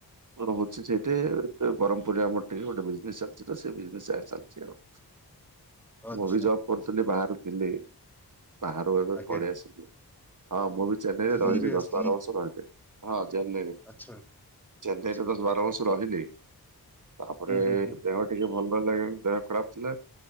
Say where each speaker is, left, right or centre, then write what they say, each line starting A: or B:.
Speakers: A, on the right (about 55°); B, in the centre.
A: ମୁଁ ରହୁଛି ସେଇଠି ଏ ବ୍ରହ୍ମପୁରରେ ଆମର ଟିକେ ଗୋଟେ ବିଜନେସ୍ ଚାଲିଛି ତ ସେ ବିଜନେସ୍ ଚାଲିଛି ଆଉ
B: ଆଚ୍ଛା
A: ମୁଁ ବି ଜବ୍ କରୁଥିଲି ବାହାରୁ ଥିଲି ବାହାରୁ ଏବେ
B: ଆଜ୍ଞା
A: ପଳେଇ ଆସିଲି। ହଁ ମୁଁ ବି ଚେନ୍ନାଇରେ
B: ମୁଁ
A: ରହିଛି
B: ବି ଆସିଛି
A: ଦଶ ବାର ବର୍ଷ ରହିଲି ହଁ ଚେନ୍ନାଇରେ
B: ଆଚ୍ଛା।
A: ଚେନ୍ନାଇ
B: ଆଚ୍ଛା
A: ରେ ଦଶ ବାର ବର୍ଷ ରହିଲି। ତାପରେ
B: ହୁଁ ହୁଁ ହୁଁ
A: ଦେହ ଟିକେ ଭଲ ଲାଗିଲାନି ଦେହ ଖରାପ ଥିଲା।